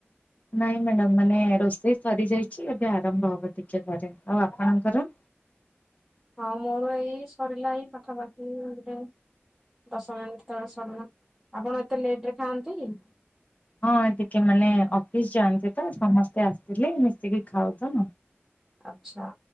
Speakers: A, on the left (about 35°); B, in the centre.
A: ନାଇଁ ମ୍ୟାଡ଼ାମ ମାନେ ରୋଷେଇ ସରି ଯାଇଛି ଏବେ ଆରମ୍ଭ ହବ ଟିକେ ପରେ ଆଉ ଆପଣଙ୍କର?
B: ହଁ ମୋର ଏଇ ସରିଲା ଏଇ ପାଖାପାଖି ଗଟେ ଦଶ ମିନିଟ ତଳେ ସରିଲା ଆପଣ ଏତେ ଲେଟ ରେ ଖାଆନ୍ତି କି?
A: ହଁ ଟିକେ ମାନେ ଅଫିସ ଯାଆନ୍ତି ତ ସମସ୍ତେ ଆସିଥିଲେ ମିଶିକି ଖାଉ ତ
B: ଆଛା